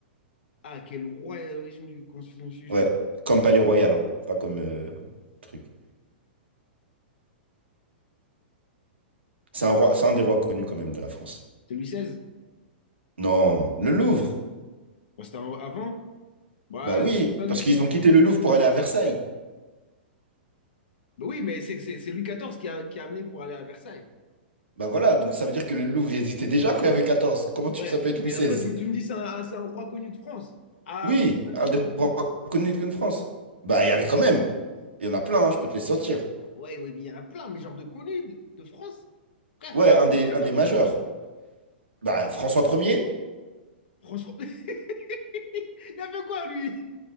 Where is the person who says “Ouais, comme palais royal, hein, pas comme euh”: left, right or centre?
Right